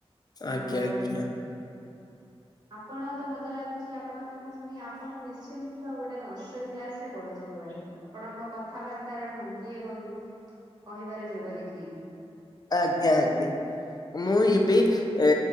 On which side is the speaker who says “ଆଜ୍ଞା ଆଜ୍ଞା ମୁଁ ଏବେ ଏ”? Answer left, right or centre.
Left